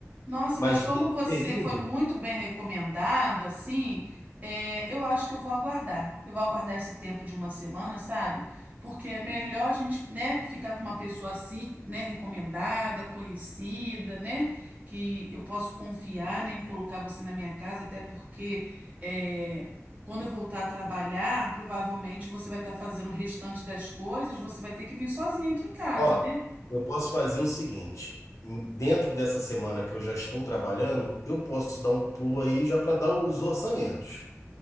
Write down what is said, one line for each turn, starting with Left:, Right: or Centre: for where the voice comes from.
Right: Nossa,
Left: Mas
Right: mas como
Left: nesse
Right: você
Left: período,
Right: foi muito bem recomendado, assim, é, eu acho que eu vou aguardar. Eu vou aguardar esse tempo de uma semana, sabe? Porque é melhor a gente, né, ficar com uma pessoa assim, né, recomendada, conhecida, né, que eu posso confiar, né, em colocar você na minha casa, até porque é, quando eu voltar a trabalhar, provavelmente você vai estar fazendo o restante das coisas, você vai ter que vir sozinha aqui em casa,
Left: ó,
Right: né?
Left: eu posso fazer o seguinte: dentro dessa semana que eu já estou trabalhando, eu posso dar um pulo aí já para dar os orçamentos.